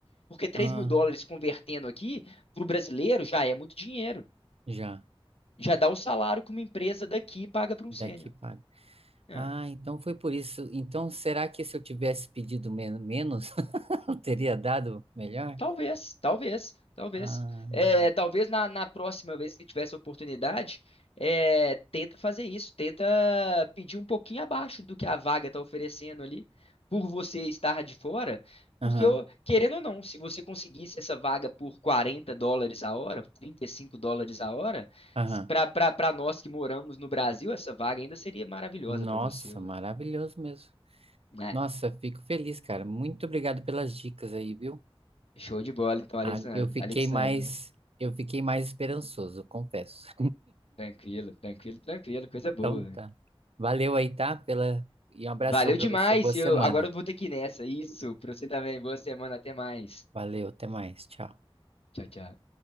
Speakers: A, on the left; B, on the right.
A: Porque três
B: Ah,
A: mil dólares convertendo aqui, para o brasileiro, já é muito dinheiro.
B: já.
A: Já dá o salário que uma empresa daqui paga para um
B: Daqui
A: sênior.
B: paga.
A: É,
B: Ah, então foi por isso. Então, será que se eu tivesse pedido men menos, <laughs> eu teria dado melhor?
A: Talvez, talvez, talvez.
B: Ah,
A: É, talvez na, na próxima vez que ele tivesse oportunidade, é, tenta fazer isso, tenta pedir um pouquinho abaixo do que a vaga está oferecendo ali, por você estar de fora.
B: aham,
A: Porque, eu- querendo ou não, se você conseguisse essa vaga por 40 dólares a hora, 35 dólares a hora,
B: aham.
A: para nós que moramos no Brasil, essa vaga ainda seria maravilhosa
B: Nossa,
A: para você, ué.
B: maravilhoso mesmo.
A: né?
B: Nossa, fico feliz, cara. Muito obrigado pelas dicas aí, viu?
A: Show de bola, então, Alexandre.
B: Ah, eu fiquei
A: Alexandre,
B: mais,
A: né?
B: eu fiquei mais esperançoso, confesso.
A: Tranquilo, tranquilo, tranquilo. Coisa boa,
B: Então
A: velho.
B: tá. Valeu aí, tá? Pela... E um abração
A: Valeu
B: pra
A: demais.
B: você. Boa semana.
A: Eu, agora eu vou ter que ir nessa. Isso, pra você também. Boa semana, até mais.
B: Valeu, até mais. Tchau.
A: Tchau, tchau.